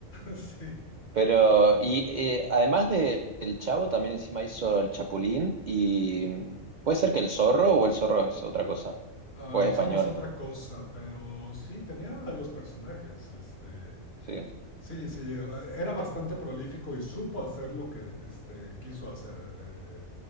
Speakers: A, on the left (about 45°); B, on the right (about 60°).
A: <laughs> sí.
B: Pero, y eh, además de El Chavo, también encima hizo El Chapulín y mm, puede ser que El Zorro o El Zorro es otra cosa,
A: Ah,
B: o
A: el
B: es español,
A: zorro es otra cosa, pero sí, tenía varios personajes. Este,
B: sí.
A: Sí, sí, eh, era bastante prolífico y supo hacer lo que este, quiso hacer. eh, eh, eh.